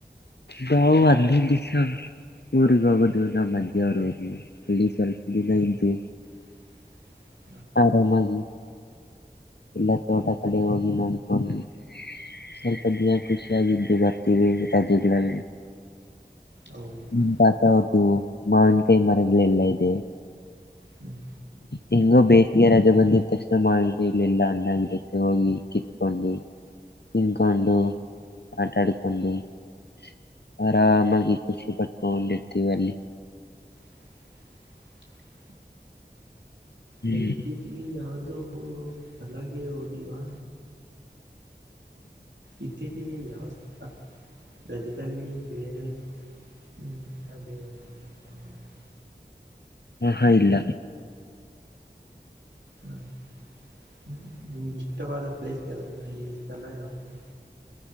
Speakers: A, on the left; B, on the right.
A: ದಾಾವ ಅಧಿ ದಿಸ ಊರ್ಗ್ ಹೋಗೋದು ನಮ್ಮ ಮನ್ದೇವ್ರಿಗೆಹೋಗಿ ಅಲ್ಲಿಿ ಸ್ವಲ್ಪ ದಿನ ಇದ್ದು
B: <unintelligible>
A: ಆರಾಮಾಗಿ ಎಲ್ಲ ತೋಟ ಕಡೆ ಹೋಗಿ ನ ಅನ್ಕೊಂಡವಿ ಸ್ವಲ್ಪದಿನ ಖುಷಿಯಾಗಿದ್ದು ಬರ್ತೀವಿ ರಾಜೆಗಳಲ್ಲಿ
B: ಹೌದಾ
A: ನಮ್ತಾತಾವ್ರುದು ಮಾವಿನ ಕೈ ಮರಗಳೆಲ್ಲಾ ಇದೆ
B: ಹ್ಮ್
A: ಹಿಂಗೋ ಬೇಸಿಗೆ ರಜೆ ಬಂದಿದ ತಕ್ಷಣ ಮಾವೆಂಕಾಯಿ ಇಲ್ಲ ಎಲ್ಲ ಅ್ಣಾಗಿರುತ್ತೆ ಹೋಗಿ ಕಿತ್ಕೊಂಡು <inaudible> ತಿಿಂದಕೊಂಡು ಆಟಾಡಿಕೊಂಡು <inaudible> ಆರಾಮಾಗಿ ಖುಷಿ ಪಟ್ಕೊಂಡಿರ್ತೀವಿ ಅಲ್ಲಿ
B: <inaudible>
A: ಹ್ಮ್
B: ನಿಗತ್ತೀಚಿಗೆ ಯಾವ್ದ ಅದು ಅಲೆ ಹೋಗಿಲ್ವಾ ಇತ್ತೀಚಿಗೆ ಯಾವಸ್ಥಳ ರಜದಲ್ಲಿ ಬೇರೆ <inaudible> ಹ್ಮ ಅದೇ <unintelligible>
A: ಹ ಹಾ ಇಲ್ಲ
B: ಹ್ಮ್ <inaudible> ಹ್ಮ <inaudible> ಇಷ್ಟವಾದ ಪ್ಲೇಸ್ ಯ ಈ ಸ್ಥಳ ಯಾವುದು <inaudible>